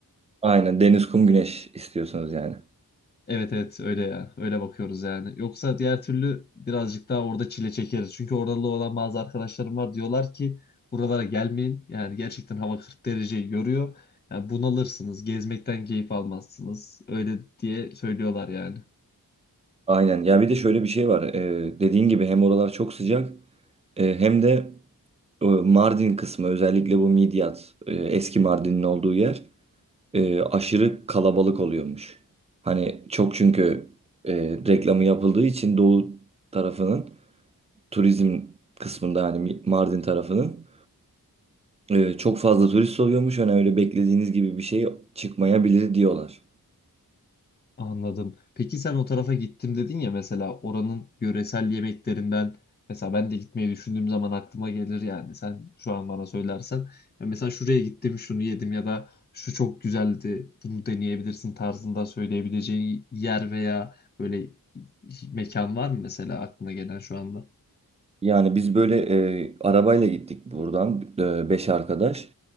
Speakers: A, on the right; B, on the left.
A: Aynen deniz, kum, güneş istiyorsunuz yani.
B: Evet evet öyle ya. Öyle bakıyoruz yani. Yoksa diğer türlü birazcık daha orada çile çekeriz. Çünkü oralı olan bazı arkadaşlarım var diyorlar ki buralara gelmeyin. Yani gerçekten hava 40 dereceyi görüyor. Yani bunalırsınız. Gezmekten keyif almazsınız. Öyle diye söylüyorlar yani.
A: Aynen. Ya bir de şöyle bir şey var. Ee, dediğin gibi hem oralar çok sıcak e, hem de e, Mardin kısmı özellikle bu Midyat e, eski Mardin'in olduğu yer e, aşırı kalabalık oluyormuş. Hani çok çünkü e, reklamı yapıldığı için Doğu tarafının turizm kısmında hani Mardin tarafının e, çok fazla turist oluyormuş. Hani öyle beklediğiniz gibi bir şey çıkmayabilir diyorlar.
B: Anladım. Peki sen o tarafa gittim dedin ya mesela oranın yöresel yemeklerinden mesela ben de gitmeyi düşündüğüm zaman aklıma gelir yani sen şu an bana söylersen ya mesela şuraya gittim şunu yedim ya da şu çok güzeldi bunu deneyebilirsin tarzında söyleyebileceğin yer veya böyle mekan var mı mesela aklına gelen şu anda?
A: Yani biz böyle e, arabayla gittik buradan e, beş arkadaş.